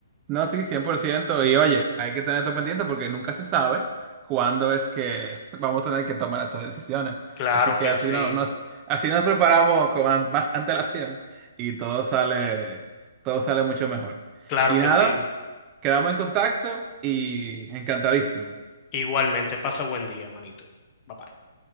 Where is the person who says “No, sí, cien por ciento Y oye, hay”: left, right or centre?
Right